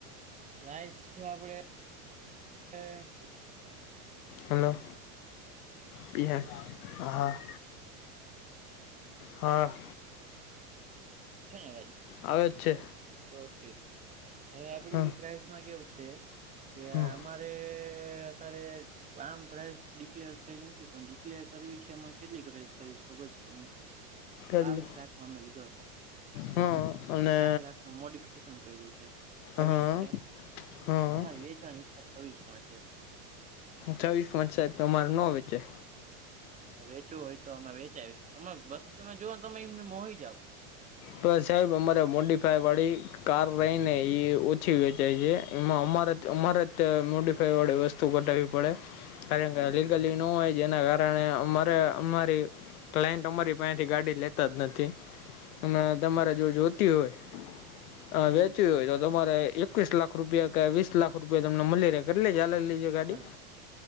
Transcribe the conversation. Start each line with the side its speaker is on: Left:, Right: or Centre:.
Right: પ્રાઇસ છે આપડે તે.
Left: હલો, પિહે, હા. હા.
Right: ધન્યવાદ.
Left: આવે જ છે.
Right: ઓકે તો હવે આપડી
Left: હા
Right: પ્રાઇસમાં કેવું છે? કે
Left: હા
Right: અમારે અત્યારે આમ પ્રાઈઝ ડિક્લેર થઈ નથી પણ ડિક્લેર કરવી છે એમાં કેટલી પ્રાઈઝ કરવી છે ખબર છે તમને? બાવીસ
Left: એટલે
Right: લાખમા અમે લીધો હતો.
Left: હા. અને
Right: ચાર લાખનું મોડિફિકેશન કર્યુ છે છવ્વીસ
Left: હા
Right: છે,
Left: હા
Right: અમારી વેચાણી અચ્છા છવ્વીસ માં છે.
Left: છવીસમાં છે તો તમારે નો વેચાય.
Right: તો વેચવું હોય તો અમે વેચાય તમે વસ્તુ તમે જોઓ ને તમે મોહી જાવ.
Left: તો સાહેબ અમારે મોડીફાયવાળી કાર રહી ને એ ઓછી વેચાય છે, એમાં અમારે અમારે મોડીફાઈ વાળી વસ્ તુ કઢાવવી પડે, કારણ કે લીગલી ન હોય જેના કારણે અમારે અમારી કલાયન્ટ અમારી પાહેથી ગાડી લેતા જ નથી. અને તમારે જો જોતી હોય અ
Right: હમ
Left: વેચવી હોય તો તમારે એ એકવીસ લાખ રૂપિયા કે વીસ લાખ રૂપિયા તમને મલી રહે કેટલી ચાલેલી? છે ગાડી
Right: હાલ